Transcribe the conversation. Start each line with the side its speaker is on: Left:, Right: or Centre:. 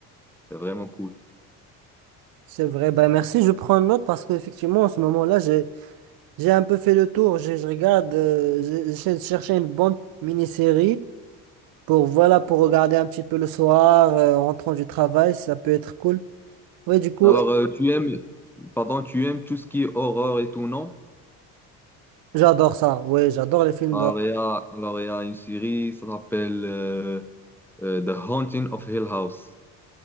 Centre: C'est vraiment cool.
Right: c'est vrai. Bah, merci, je prends note parce qu'effectivement, en ce moment-là, j'ai, j'ai un peu fait le tour. Je, je regarde, euh, je- j'essaie de chercher une bonne mini-série pour, voilà, pour regarder un petit peu le soir, euh, en rentrant du travail, ça peut être cool. Oui, du coup,
Centre: Alors, euh, tu aimes, pardon, tu aimes tout ce qui est horreur et tout, non?
Right: j'adore ça. Oui, j'adore les films
Centre: Alors,
Right: d'horreur.
Centre: il y a, alors, il y a une série, ça s'appelle euh, euh, The Haunting of Hill House.